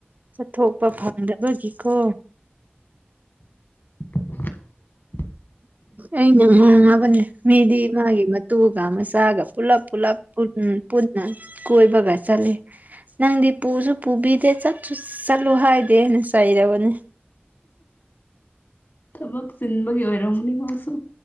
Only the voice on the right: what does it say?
ꯆꯠꯊꯣꯛꯄ ꯐꯪꯗꯕꯒꯤꯀꯣ
ꯑꯩꯅ ꯉꯥꯡꯉꯕꯅꯦ ꯃꯤꯗꯤ ꯃꯥꯒꯤ ꯃꯇꯨꯒ ꯃꯆꯥꯒ ꯄꯨꯂꯞ ꯄꯨꯜꯂꯞ ꯎ ꯄꯨꯟꯅ ꯀꯣꯏꯕꯒ ꯆꯠꯂꯤ ꯅꯪꯗꯤ ꯄꯨꯁꯨ ꯄꯨꯕꯤꯗꯦ ꯆꯠꯁꯨ ꯆꯠꯂꯨ ꯍꯥꯏꯗꯦꯅ ꯆꯩꯔꯕꯅꯦ